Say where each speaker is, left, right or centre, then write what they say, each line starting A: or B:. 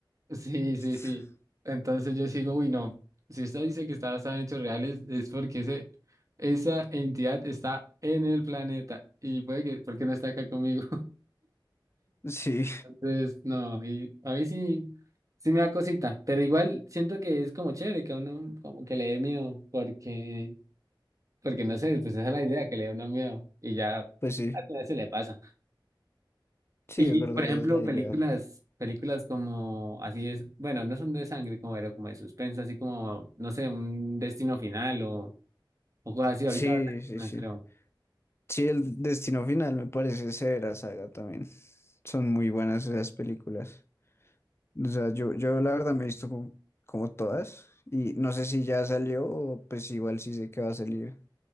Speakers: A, on the right; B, on the left.
A: Sí, sí, sí.
B: <laughs>
A: Entonces yo sigo, uy, no. Si usted dice que está basada en hechos reales, es porque ese, esa entidad está en el planeta. Y puede que, porque no está acá conmigo.
B: Sí,
A: Entonces, no, y a mí sí, sí me da cosita, pero igual siento que es como chévere que a uno como que le dé miedo, porque, porque no sé, pues esa es la idea, que le dé uno miedo y ya
B: pues sí,
A: al final se le pasa.
B: sí,
A: Y
B: es verdad,
A: por ejemplo,
B: esa es la
A: películas,
B: idea.
A: películas como así es, bueno, no son de sangre como, pero como de suspenso, así como, no sé, un destino final o, o cosas así,
B: Sí,
A: ahorita
B: sí,
A: no
B: sí.
A: creo.
B: Sí, el Destino Final me parece severa saga también. Son muy buenas esas películas. O sea, yo, yo la verdad me he visto como, como todas y no sé si ya salió o pues igual sí sé que va a salir